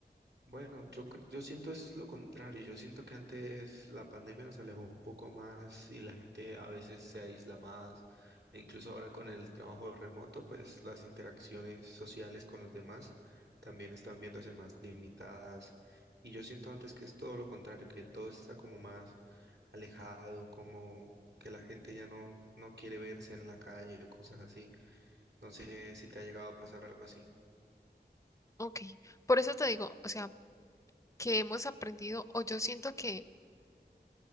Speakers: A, on the right (about 75°); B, on the left (about 15°).
A: Bueno, yo, cre- yo siento es lo contrario, yo siento que antes la pandemia nos alejó un poco más y la gente a veces se aísla más, e incluso ahora con el trabajo remoto, pues las interacciones sociales con los demás también están viéndose más limitadas y yo siento antes que es todo lo contrario, que todo está como más alejado, como que la gente ya no, no quiere verse en la calle o cosas así. No sé si te ha llegado a pasar algo así.
B: Ok, por eso te digo, o sea, que hemos aprendido, o yo siento que